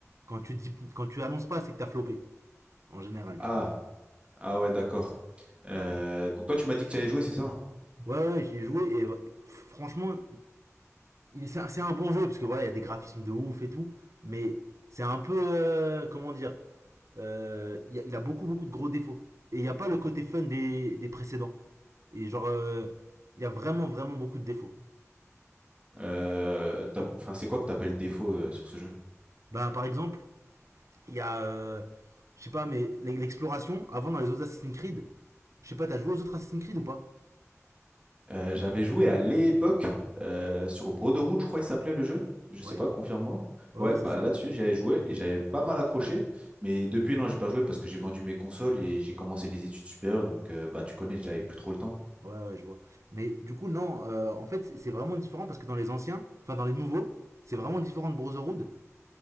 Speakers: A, on the right; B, on the right.
A: Quand tu dis quand tu annonces pas, c'est que t'as flopé en général,
B: Ah,
A: tu vois.
B: ah ouais, d'accord. Euh,
A: Ouais,
B: donc toi, tu m'as dit que tu allais jouer, c'est ça? hein
A: ouais, ouais j'y ai joué et euh, franchement, c'est un- bon jeu parce que voilà, il y a des graphismes de ouf et tout, mais c'est un peu euh, comment dire, euh, il y a- il a beaucoup beaucoup de gros défauts et il n'y a pas le côté fun des, des précédents et genre euh, il y a vraiment vraiment beaucoup de défauts.
B: Euh, t'as- enfin, c'est quoi que t'appelles défaut euh, sur ce jeu?
A: Bah par exemple, il y a euh, je sais pas mais l'exploration avant dans les autres Assassin's Creed, je sais pas, t'as joué aux autres Assassin's Creed ou pas
B: Euh, j'avais joué à l'époque euh, sur Brotherhood, je crois il s'appelait le jeu. Je
A: Ouais,
B: sais pas, confirme-moi.
A: ouais
B: Ouais,
A: ouais c'est
B: bah
A: ça.
B: là-dessus, j'avais joué et j'avais pas mal accroché. Mais depuis, non, j'ai pas joué parce que j'ai vendu mes consoles et j'ai commencé les études supérieures. Donc, euh, bah, tu connais, j'avais plus trop le temps.
A: Ouais ouais je vois. Mais du coup non, euh, en fait c'est vraiment différent parce que dans les anciens, enfin dans les nouveaux, c'est vraiment différent de Brotherhood